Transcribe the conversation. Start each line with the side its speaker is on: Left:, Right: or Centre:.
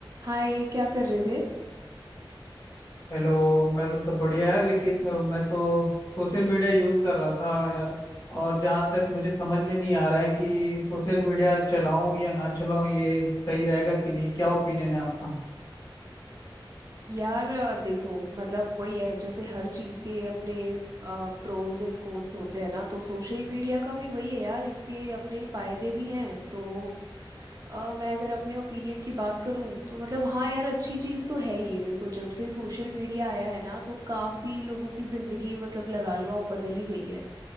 Right: हाय क्या कर रहे थे
Left: हेलो मैं तो सब बढ़िया है लेकिन अ, मैं तो सोशल मीडिया यूज़ कर रहा था यार और जहाँ तक मुझे समझ में नहीं आ रहा है कि सोशल मीडिया चलाऊं या ना चलाऊं ये सही रहेगा कि नहीं क्या ओपिनियन है आपका
Right: यार अ, देखो मतलब वही है जैसे हर चीज़ के अपने प्रोज एंड कॉन्स होते हैं ना तो सोशल मीडिया का भी वही है यार इसके अपने फायदे भी हैं तो अ, मैं अगर अपने ओपिनियन की बात करूं तो मतलब हाँ यार अच्छी चीज़ तो है ही ये देखो जब से सोशल मीडिया आया है ना तो काफ़ी लोगों की ज़िंदगी मतलब लगा लो आप बदल ही गई है